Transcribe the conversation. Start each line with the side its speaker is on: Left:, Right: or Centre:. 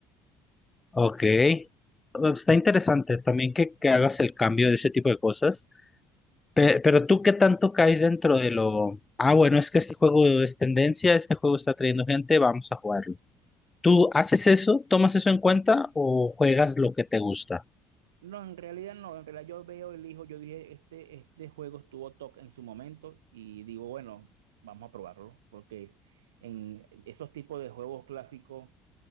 Left: Ok. Em, Está interesante también que, que hagas el cambio de ese tipo de cosas. Pe- pero tú, ¿qué tanto caes dentro de lo... Ah, bueno, es que este juego es tendencia, este juego está trayendo gente, vamos a jugarlo. ¿Tú haces eso? ¿Tomas eso en cuenta o juegas lo que te gusta?
Right: No, en realidad no, en realidad yo veo, elijo, yo dije, este, este juego estuvo top en su momento y digo, bueno, vamos a probarlo, porque es- en esos tipos de juegos clásicos